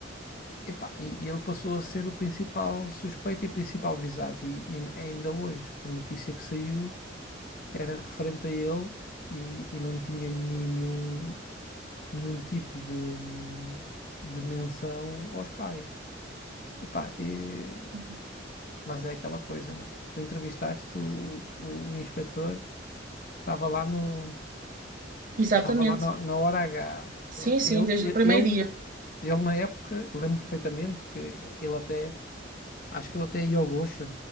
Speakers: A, on the left (about 50°); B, on the right (about 45°).
A: epá, e- e ele passou a ser o principal suspeito e principal visado. E, e ainda hoje, a notícia que saiu era referente a ele e, e não tinha nenhum, nenhum tipo de, hum, de menção aos pais. Epá, e-
B: Uhum.
A: mas é aquela coisa, não? Tu entrevistaste o, o, o inspetor, estava lá no,
B: Exatamente.
A: estava lá na na hora H.
B: Sim, sim,
A: Ele,
B: desde
A: ele,
B: o primeiro
A: ele
B: dia.
A: Ele na época, lembro perfeitamente que ele, ele até, acho que ele até ia ao Gosha